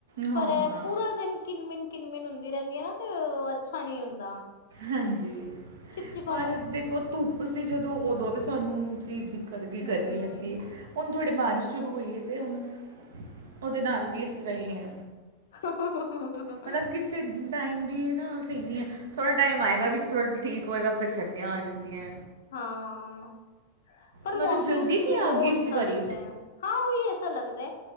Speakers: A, on the right; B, on the left.
A: ਹਾਂ
B: ਪਰ
A: ਹਾਂ
B: ਪੂਰਾ ਦਿਨ ਕਿੰਨ ਮਿੰਨ-ਕਿੰਨ ਮਿੰਨ ਹੁੰਦੀ ਰਹਿੰਦੀ ਹੈ ਨਾ ਤੇ ਅੱਛਾ ਨੀ ਹੁੰਦਾ
A: ਹਾਂਜੀ
B: ਚਿਪ-ਚਿਪ
A: ਪਰ ਦੇਖੋ ਧੁੱਪ ਸੀ ਜਦੋਂ ਉਦੋਂ ਵੀ ਸਾਨੂੰ ਸੀ ਦਿੱਕਤ ਗਈ
B: ਹੂੰ।
A: ਗਰਮੀ ਲੱਗਦੀ ਹੈ ਹੁਣ ਥੋੜ੍ਹੇ ਬਾਰਿਸ਼ ਸ਼ੁਰੂ ਹੋਏ ਅਤੇ ਹੁਣ ਉਹਦੇ ਨਾਲ ਵੀ ਇਸ ਤਰ੍ਹਾਂ ਹੀ ਹੈ
B: <unintelligible>
A: ਮਤਲਬ ਕਿਸੇ ਟਾਈਮ ਵੀ ਨਾ ਸਹੀ ਨਹੀਂ ਹੈ ਥੋੜਾ ਟਾਈਮ ਆਏਗਾ ਵਿੱਚ ਥੋੜਾ ਠੀਕ ਹੋਏਗਾ ਫਿਰ ਸਰਦੀਆਂ ਆ ਜਾਂਦੀਆਂ
B: ਹਾਂ ਪਰ
A: ਮਤਲਬ
B: ਮੌਨਸੂਨ
A: ਜਲਦੀ
B: ਚ
A: ਨਹੀਂ
B: ਮੈਨੂੰ
A: ਆ ਗਈ
B: ਅੱਛਾ
A: ਇਸ ਵਾਰੀ
B: ਲੱਗਦਾ ਆ ਹਾਂ ਉਹੀ ਐਸਾ ਲੱਗਦਾ ਹੈ